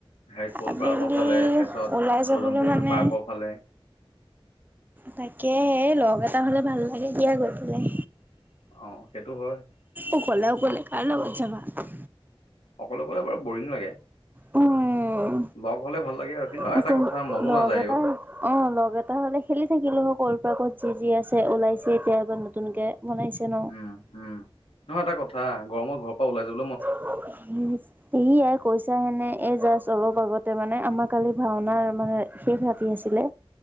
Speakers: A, on the left; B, on the right.
A: সেই কল
B: আবেলি
A: পাৰ্কৰ ফালে, তাৰপিছত
B: ওলাই যাবলৈ
A: উজম পুখুৰী
B: মানে
A: পাৰ্কৰ ফালে।
B: তাকেহে এ লগ এটা হলে ভাল লাগে দিয়া গৈ পেলাই।
A: অ, সেইটো হয়।
B: অকলে অকলে কাৰ লগত যাবা?
A: অকলে গ'লে বাৰু বৰিং লাগে।
B: উম,
A: লগ হ'লে ভাল লাগে আৰু। কিন্তু
B: <unintelligible>
A: এটা কথা মনো
B: লগ
A: নাযায়
B: এটা
A: অ
B: অ লগ এটা হ'লে খেলি থাকিলো অকল <unintelligible> ত যি যি আছে ওলাইছে এতিয়া একদম নতুনকে। বনাইছে ন।
A: উম, উম। নহয় এটা কথা, গৰমত ঘৰৰ পৰা ওলাই যাব
B: <unintelligible> কৈছাহে নে এই জাষ্ট অলপ আগতে মানে আমাৰ কালি ভাওনাৰ মানে শেষ ৰাতি আছিলে।